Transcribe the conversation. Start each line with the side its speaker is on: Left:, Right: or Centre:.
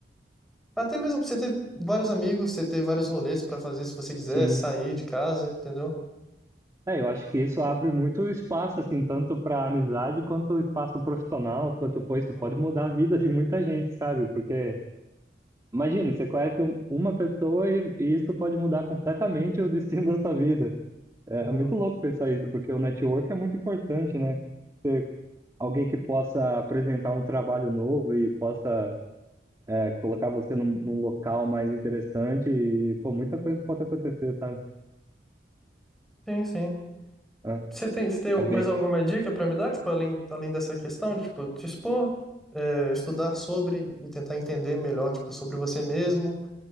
Centre: Até mesmo pra você ter vários amigos, você ter vários rolês pra fazer se você quiser,
Right: Sim.
Centre: sair de casa, entendeu?
Right: É, eu acho que isso abre muito espaço, assim, tanto para amizade quanto espaço profissional, quanto, pô, isso
Centre: Uhum.
Right: pode mudar a vida de muita gente, sabe? Porque, imagine, você conhece um- uma pessoa e, e isso pode mudar completamente o destino <laughs> da sua vida. É,
Centre: Uhum.
Right: é muito louco pensar isso, porque o network é muito importante, né? Ter alguém que possa apresentar um trabalho novo e possa é, colocar você num, num local mais interessante e, pô, muita coisa pode acontecer, sabe?
Centre: Sim, sim.
Right: É,
Centre: Você tem, você tem
Right: é bem,
Centre: mais alguma dica para me dar, tipo, além, além dessa questão de, tipo, te expor, é, estudar sobre e tentar entender melhor, tipo, sobre você mesmo,